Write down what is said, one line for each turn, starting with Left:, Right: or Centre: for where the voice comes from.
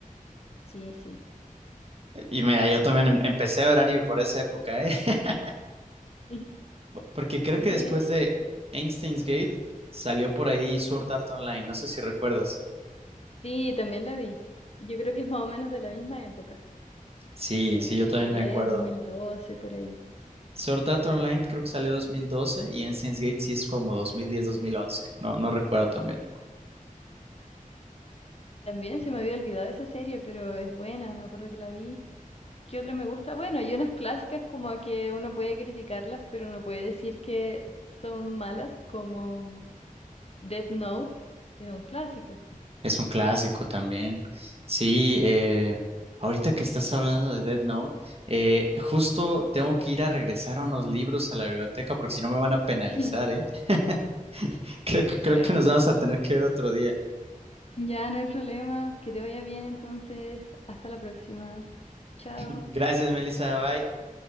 Left: sí, sí.
Right: Y mira, yo también em- empecé a ver anime por esa época, ¿eh? <laughs>
Left: Sí, <laughs>
Right: Por- Porque creo
Left: Sí,
Right: que después
Left: es que
Right: de Einstein's Gate salió por ahí Sword Art Online, no sé si recuerdas.
Left: sí, también la vi. Yo creo que es más o menos de la misma época,
Right: Sí,
Left: así en
Right: sí,
Left: 2010,
Right: yo también me acuerdo.
Left: 2012, por ahí.
Right: Sword Art Online creo que salió 2012 y Ensigns Gate sí es como
Left: Sí.
Right: 2010-2011. No, no recuerdo también.
Left: También se me había olvidado esa serie, pero es buena, me acuerdo que la vi ¿Qué otra me gusta? Bueno, hay unas clásicas como que uno puede criticarlas, pero no puede decir que son malas, como Death Note, es un clásico.
Right: Es un clásico también. Sí, eh, ahorita que estás hablando de Dead Note, eh, justo tengo que ir a regresar unos libros a la biblioteca porque si no me van a penalizar,
Left: <laughs>
Right: ¿eh? <laughs> Creo, que-
Left: Cierto.
Right: creo que nos vamos a tener que ver otro día.
Left: Ya no hay problema. Que te vaya bien entonces. Hasta la próxima. Chao.
Right: <laughs> Gracias, Melissa. Bye.